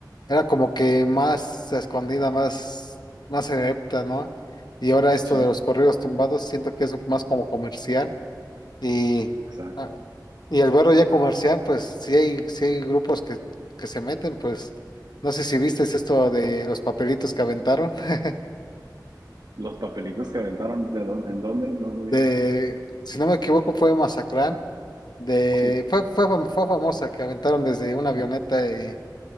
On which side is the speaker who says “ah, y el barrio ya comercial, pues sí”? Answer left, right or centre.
Left